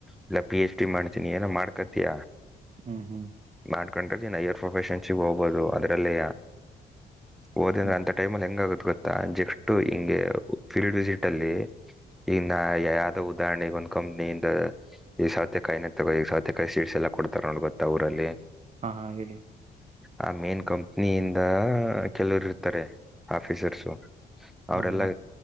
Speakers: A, in the centre; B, on the right.
A: ಇಲ್ಲ ಪಿ ಎಚ್ ಡಿ ಮಾಡ್ತೀನಿ ಏನ ಮಾಡ್ಕತಿಯಾ
B: ಹ್ಮ್ ಹ್ಮ್
A: ಮಾಡ್ಕೊಂಡ್ರೆನ್ ಯರ್ ಪ್ರೊಫೆಷನ್ ಸಿಗ ಹೋಗಬಹುದು ಅದ್ರಲ್ಲಿಯ ಓದಂದ್ರೆ
B: ಹ್ಮ್
A: ಅಂತ ಟೈಮ ಅಲ್ಲಿ ಹೆಂಗ ಆಗುತ್ತ ಗೊತ್ತಾ ಜೆಕ್ಸ್ಟ್ ಹಿಂಗೆ ಫೀಲ್ಡ್ ವಿಸಿಟ್ ಅಲ್ಲಿ ಈಗ ನ ಯಾವ್ದೋ ಉದಾಹರಣೆಗೆಗ ಒಂದು ಕಂಪ್ನಿಯಿಂದ ಈಗ ಸಾವತೆಾಯಿ ತಗೋ ಈಗ ಸೌರ್ತೆಕಾಯಿ ಸೀಟ್ಸ್ ಎಲ್ಲ ಕೊಡ್ತಾರೆ ನೋ ಗೊಾ ಅವಊರಲ್ಲಿ
B: ಹಾ ಹಾ ಹೇಳಿ
A: ಆ ಮೇನ್ ಕಂಪ್ನಿಯಿಂದ ಕೆಲವರು ಇರ್ತಾರೆ ಆಫೀಸರ್ಸು ಅವರೆಲ್ಲ
B: ಹಾ ಹಾ